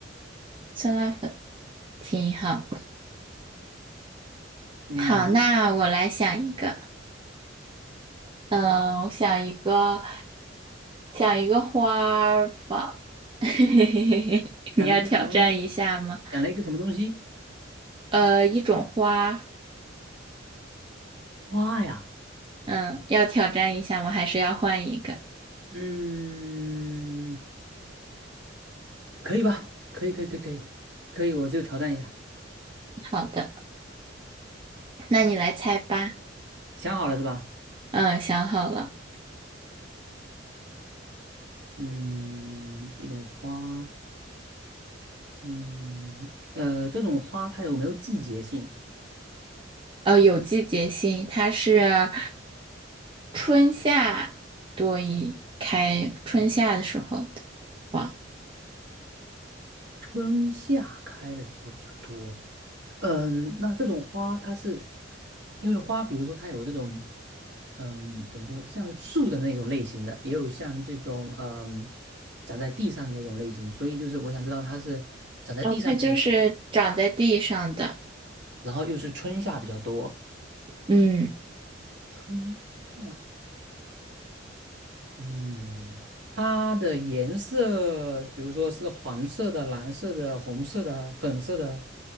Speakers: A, on the right; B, on the right.
A: 酸辣粉，挺好。
B: 嗯，
A: 好，那我来想一个。嗯，我想一个，想一个花儿吧。<laughs> 你要挑战一下吗？
B: 讲了一个什么，讲了一个什么东西？
A: 呃，一种花
B: 花呀，
A: 嗯，要挑战一下吗？还是要换一个？
B: 嗯，可以吧？可以，可以，可以，可以，可以，我就挑战一下。
A: 好的，那你来猜吧。
B: 想好了是吧？
A: 嗯，想好了。
B: 嗯，一种花，嗯，呃，这种花它有没有季节性？
A: 呃，有季节性，它是春夏多一开，春夏的时候的花。
B: 春夏开的时候比较多。嗯，那这种花它是，因为花，比如说它有这种，嗯，怎么说，像树的那种类型的，也有像这种，嗯，长在地上的那种类型，所以就是我想知道它是长在地上的那种。
A: 哦，它就是长在地上的。
B: 然后又是春夏比较多。
A: 嗯。
B: 春夏，嗯，它的颜色，比如说是黄色的、蓝色的、红色的、粉色的，